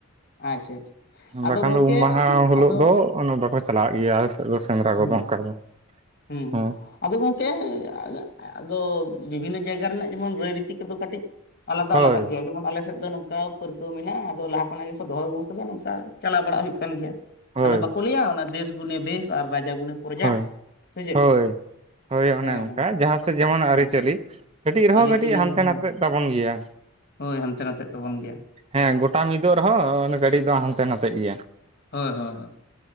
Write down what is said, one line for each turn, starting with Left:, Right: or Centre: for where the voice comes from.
Left: ᱟᱪᱪᱷᱟ ᱟᱪᱪᱷᱟ ᱟᱫᱚ
Right: ᱵᱟᱠᱷᱟᱱ
Left: ᱜᱚᱝᱠᱮ
Right: ᱫᱚ ᱩᱢ ᱢᱟᱦᱟ ᱦᱤᱞᱳᱜ
Left: ᱟᱫᱚ
Right: ᱫᱚ ᱚᱱᱟ ᱵᱟᱠᱚ ᱪᱟᱞᱟᱜ ᱜᱮᱭᱟ ᱥᱮᱸᱫᱽᱨᱟ
Left: ᱦᱩᱸ
Right: ᱠᱚᱫᱚ ᱚᱝᱠᱟ ᱫᱚ
Left: ᱦᱩᱸ ᱦᱩᱸ
Right: ᱦᱮᱸ
Left: ᱟᱫᱚ ᱜᱚᱢᱠᱮ ᱟᱫᱚ ᱵᱤᱵᱷᱤᱱᱱᱚ ᱡᱟᱭᱜᱟ ᱨᱮᱱᱟᱜ ᱡᱮᱢᱚᱱ ᱨᱟᱹᱭ ᱨᱤᱛᱤ ᱠᱚᱫᱚ ᱠᱟᱹᱴᱤᱡ ᱟᱞᱟᱫᱟ
Right: ᱦᱳᱭ
Left: ᱟᱞᱟᱫᱟ ᱜᱮᱭᱟ ᱡᱮᱢᱚᱱ ᱟᱞᱮᱥᱮᱫ ᱫᱚ ᱱᱚᱝᱠᱟ ᱯᱟᱹᱨᱠᱟᱹᱣ ᱢᱮᱱᱟᱜᱼᱟ᱾ ᱟᱫᱚ ᱞᱟᱦᱟ ᱠᱷᱚᱱᱟᱜ ᱜᱮᱠᱚ ᱫᱚᱦᱚ ᱟᱹᱜᱩ ᱟᱠᱟᱫᱟ ᱱᱚᱝᱠᱟ ᱪᱟᱞᱟᱣ ᱵᱟᱲᱟ ᱦᱩᱭᱩᱜ ᱠᱟᱱ ᱜᱮᱭᱟ᱾
Right: ᱦᱳᱭ
Left: ᱟᱫᱚ ᱵᱟᱠᱚ ᱞᱟᱹᱭᱟ ᱚᱱᱟ ᱫᱮᱥ ᱜᱩᱱᱮ ᱵᱮᱥ ᱟᱨ ᱨᱟᱡᱟ ᱜᱩᱱᱮ ᱯᱨᱚᱡᱟ
Right: ᱦᱳᱭ,
Left: ᱥᱮ ᱪᱮᱫ
Right: ᱦᱳᱭ, ᱦᱳᱭ
Left: ᱦᱮᱸ
Right: ᱚᱱᱮ ᱚᱱᱠᱟ
Left: ᱦᱮᱸ
Right: ᱡᱟᱦᱟᱸ ᱥᱮᱫ ᱡᱮᱢᱚᱱ
Left: ᱦᱮᱸ
Right: ᱟᱹᱨᱤ ᱪᱟᱹᱞᱤ ᱠᱟᱹᱴᱤᱡ ᱨᱮᱦᱚᱸ,
Left: ᱟᱹᱨᱤᱪᱟᱹᱞᱤ
Right: ᱠᱟᱹᱴᱤᱡ ᱦᱟᱱᱛᱮ
Left: ᱦᱮᱸ
Right: ᱱᱟᱛᱮ ᱛᱟᱵᱚᱱ ᱜᱮᱭᱟ᱾
Left: ᱦᱳᱭ, ᱦᱟᱱᱛᱮ ᱱᱟᱛᱮᱜ ᱛᱟᱵᱚᱱ ᱜᱮᱭᱟ᱾
Right: ᱦᱮᱸ ᱜᱚᱴᱟ ᱢᱤᱫᱚᱜ ᱨᱮᱦᱚᱸ ᱜᱟᱹᱴᱤᱡ ᱫᱚ ᱦᱟᱱᱛᱮ ᱱᱟᱛᱮ ᱜᱮᱭᱟ᱾
Left: ᱦᱳᱭ ᱦᱳᱭ ᱦᱳᱭ᱾